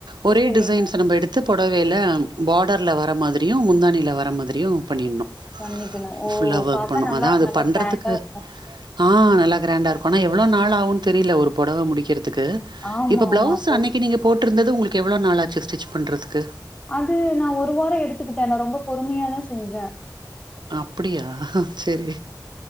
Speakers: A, on the right (about 75°); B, on the left (about 20°).
A: ஒரே
B: செரிங்க
A: டிசைன்ஸ் நம்ம எடுத் த்து புடவையில பார்டர்ல வர மாதிரியும் முந்தாணியில வர மாதிரியும் பண்ணிட்ணும்
B: பண்ணிக்கணு ஓ
A: ஃபுல்லா ஒர்க்
B: பாத்தா
A: பண்ணு
B: நல்லா
A: அதா அது
B: நல்லா
A: பண்றதுக்கு
B: கிராண்டா இருக்கு
A: ஆ நல்லா க்ராண்டா இருக்கும் ஆனா எவ்ளோ நாள் ஆவும்ன்னு தெரியல ஒரு பொடவ முடிக்கிறதுக்கு
B: ஆமா
A: இப்ப ப்ளவுஸ்
B: ஆமா அப்போ
A: அன்னைக்கு நீங்க போட்டிருந்தது உங்களுக்கு எவ்ளோ நாள் ஆச்சு ஸ்டிச் பண்றதுக்கு
B: அது நா ஒரு வாரம் எடுத்துக்கிட்டேன் ந ரொம்ப பொறுமையாதான் செஞ்சேன்
A: அப்டியா சரி